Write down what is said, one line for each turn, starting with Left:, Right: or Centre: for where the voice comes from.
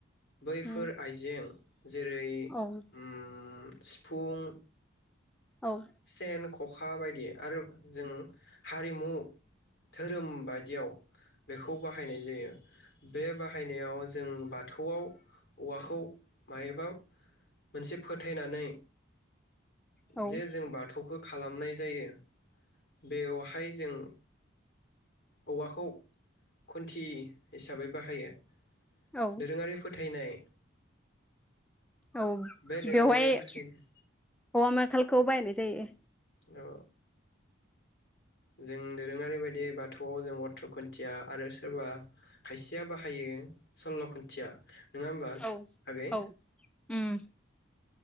Left: बैफोर
Centre: उम
Left: आइजें जेरै
Centre: औ
Left: उम सिफुं
Centre: औ
Left: सेन खखा बायदि आरो जों हारिमु धोरोम बायदियाव बेखौ बाहायनाय जायो। बे बाहायनायाव जों बाथौआव औवाखौ मायोबा मोनसे फोथायनानै
Centre: औ
Left: जे जों बाथौखौ खालामनाय जायो बेवहाय जों औवाखौ खुन्थि हिसाबै बाहायो।
Centre: औ
Left: दोरोंङारि फोथायनाय
Centre: औ
Left: बे दोरोङारि
Centre: बेवहाय
Left: फोथायनाय
Centre: औवा माखलखौ बायनोसै जायो।
Left: औ जों दोरोंङारि बायदि बाथौआव जों अथ्र खुन्थिया आरो सोरबा खायसेया बाहायो सल्ल' खुन्थिया नंङा होमबा
Centre: औ
Left: आगै?
Centre: औ उम